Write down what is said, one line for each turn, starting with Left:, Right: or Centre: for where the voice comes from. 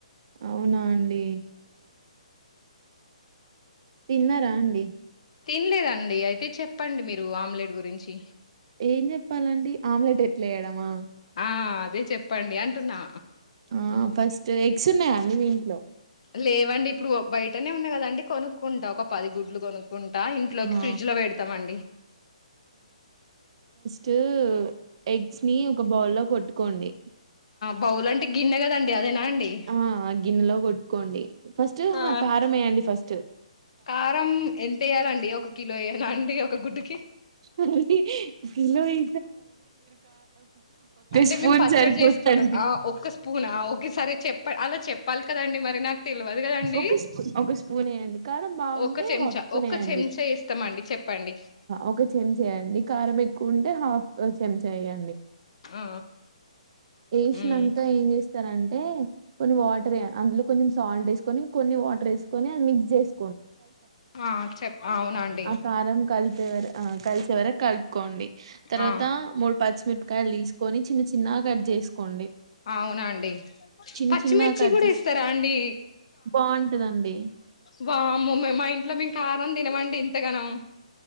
Right: అవునా అండి తిన్నారా అండి
Left: తినలేదండి అయితే చెప్పండి మీరు ఆమ్లెట్ గురించి
Right: ఏం చెప్పాలండి ఆమ్లెట్ ఎట్లా వేయడమా
Left: ఆ అదే చెప్ప చెప్పండి అంటున్నా
Right: ఆ ఫస్ట్ ఎగ్స్ ఉన్నాయ అండి మీ ఇంటి
Left: లేవండి ఇప్పుడు బయటనే ఉన్నా కదాండి కొనుక్కుంటా ఒక పది గుడ్లు కొనుక్కుంటా ఇంట్లోకి
Right: ఆ
Left: ఫ్రిడ్జ్ లో పెడతామండి
Right: ట్ ఎగ్స్ ని ఒక బౌల్ లో కొట్టుకోండి
Left: బౌల్ అంటే గిన్న కదండి అదేనా అండి
Right: ఆ గిన్నెలో కొట్ కోండి ఫస్ట్
Left: ఆ
Right: కారంమే అండి ఫస్ట్
Left: కారం ఎంత వయ్యాలండి ఒక కిలో వయాల అండి ఒక గుడ్డి
Right: అ కిలో ఇ
Left: అంటే
Right: స్పూన్
Left: మేము పచ్చడి
Right: సరిపోతండి
Left: చేసుకుంటాం ఆ ఒక్క స్పూన్ ఒకసారి చెప్ప అలా చెప్పాలి కదండి మరి నాకు తెలియదు కదండి
Right: ఒక స్పూన్ ఒక స్పూన్ వేయండి కారం బాగుంటే
Left: ఒక చెంచా
Right: హాఫ్ స్పూన్
Left: ఒక
Right: వేయండి
Left: చెంచా ఇస్తామ అండి చెప్పండి
Right: ఒక చెమ్ చేయండి కారం ఎక్కువ ఉంటే చన చేయండి
Left: ఆ
Right: వసినాక
Left: హ్మ్
Right: ఏం చేస్తారంటే కొన్ని మ అందు కొంచెల్ ని కొన్ని వాటర్ వేసుకని అది మిక్స్ చేసు
Left: ఆ చె అవునండి
Right: ఆ కారం కలిపే వర ఆ కలిసే వర కలుపుకోండి తర్వాత
Left: ఆ
Right: మూడు పచ్చిమిరపకాయలు తీసుకొని చిన్న చిన్నగా కట్ చేసుకోండి
Left: అవునండి.
Right: చిన్న
Left: పచ్చిమిర్చి
Right: చిన్నగా కట్
Left: కూడా
Right: చేసు
Left: ఏస్తారా అండి.
Right: బాగుంటందండి
Left: వము మా ఇంట్లో మేము కాదం తినమండి ఇంతగనం